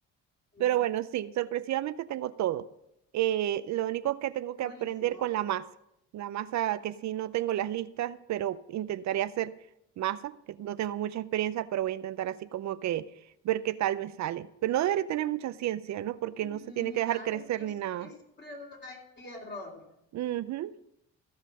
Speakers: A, on the left (about 35°); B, on the right (about 65°).
A: Ujú.
B: Pero bueno, sí, sorpresivamente tengo todo. Eh, lo único es que tengo
A: Buenísimo.
B: que aprender con la masa. La masa que sí no tengo las listas, pero intentaré hacer masa, que no tengo mucha experiencia, pero voy a intentar así como que ver qué tal me sale. Pero no deberé tener mucha ciencia, ¿no? Porque
A: Mm,
B: no se tiene
A: Mira,
B: que dejar crecer
A: es, es,
B: ni nada.
A: es prueba y error.
B: Ujú.